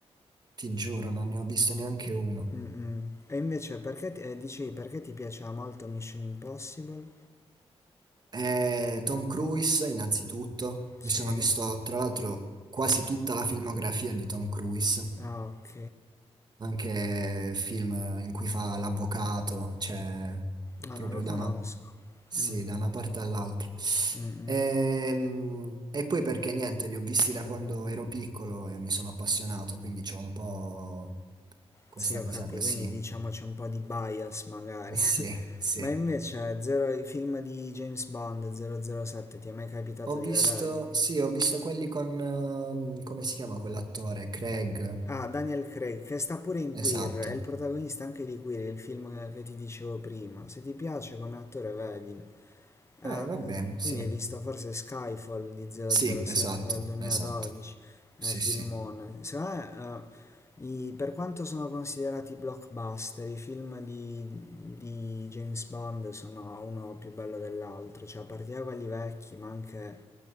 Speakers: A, on the right; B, on the left.
A: ti giuro, non ne ho visto neanche uno.
B: Mm-mm. E invece perché ti, eh, dicevi perché ti piaceva molto Mission Impossible?
A: Eh, Tom Cruise, innanzitutto,
B: Sì.
A: mi sono visto tra l'altro quasi tutta la filmografia di Tom Cruise,
B: Ah, ok.
A: anche film in cui fa l'avvocato, cioè
B: No,
A: proprio
B: non lo conosco.
A: da una, sì,
B: Mm.
A: da una parte all'altra.
B: Mm-mm.
A: Ehm, E, poi perché niente, li ho visti da quando ero piccolo e mi sono appassionato, quindi c'ho un po'. questa
B: Sì, ho
A: cosa
B: capito,
A: così.
B: quindi diciamo c'è un po' di bias magari.
A: Eh, Sì,
B: <laughs>
A: sì.
B: Ma invece zero, i film di James Bond 007 ti è mai capitato
A: Ho
B: di
A: visto,
B: vederli?
A: sì, ho visto quelli con, ehm, come si chiama quell'attore? Craig,
B: Ah, Daniel Craig, che sta pure in
A: esatto.
B: Queer, è il protagonista anche di Queer, il film che ti dicevo prima. Se ti piace come attore, vedilo. Eh,
A: Eh, va bene, sì.
B: quindi hai visto forse Skyfall di 007
A: Sì, esatto,
B: del 2012,
A: esatto. Sì,
B: eh, filmone.
A: sì.
B: Secondo me, eh, i- per quanto sono considerati blockbuster, i film di, di James Bond sono uno più bello dell'altro, cioè a partire da quelli vecchi, ma anche